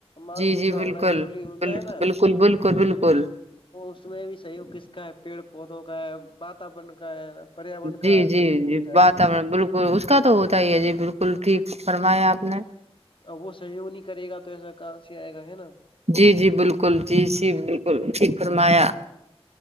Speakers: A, on the left (about 55°); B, on the right (about 80°).
A: مانسون
B: جی جی
A: کا
B: بالکل
A: ہونا ضروری ہوتا ہے نا
B: بالکل بالکل بالکل
A: وہ اس میں بھی سحیوگ کس کا ہے پیڑ پودوں کا ہے واتورن کا ہے نا پریاورن
B: جی
A: کا
B: جی
A: سہیوگ
B: جی
A: ہوتا ہے
B: واتاورن
A: پورا
B: بالکل اس کا تو ہوتا ہی ہے جی بالکل ٹھیک فرمایا آپ نے
A: اب وہ سہیوگ نہیں کرے گا تو ایسا کہاں سے آئے گا ہے نا
B: جی جی بالکل جی جی بالکل ج فرمایا